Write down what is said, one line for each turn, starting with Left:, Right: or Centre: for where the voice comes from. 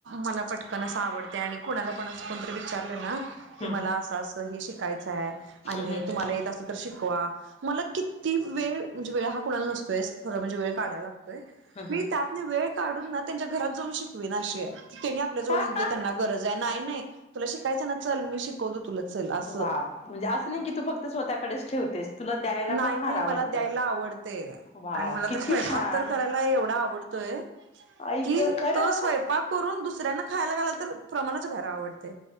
Right: मला पटकन असं आवडते आणि कुणाला पण असं कोणतरी विचारले ना की
Left: हम्म
Right: मला असं असं हे शिक शिकायचं आहे आणि
Left: हम्म
Right: तुम्हाला येत असेल तर शिकवा मला की ती वेळ म्हणजे वेळ हा कुणाला नसतोय खरं म्हणजे वेळ काढायला लागतोय
Left: हम्म हम्म
Right: मी त्यात नाही वेळ काढून ना त्यांच्या घरात जाऊन शिकवीना अशी आहे. तेनी आपल्या
Left: हम्म
Right: जवळ येऊद्या त्यांना गरज आहे नाही नाही तुला शिकायचं ना चल मी शिकवतो तुला चल आस.
Left: वाव म्हणजे आसं नाही की तू फक्त स्वतःकडेच ठेवतेस. तुला द्यायला
Right: नाही
Left: पण
Right: नाही
Left: फार आवडत,
Right: मला द्यायला आवडते
Left: वाव
Right: आणि मला
Left: किती
Right: तर स्वयंपाक
Left: छान
Right: तर करायला एवढा आवडतोय
Left: आई
Right: कि
Left: ग खरं
Right: तो स्वयंपाक करून दुसऱ्यांना खायला घालाल तर प्रमाणाच्या बाहेर आवडत.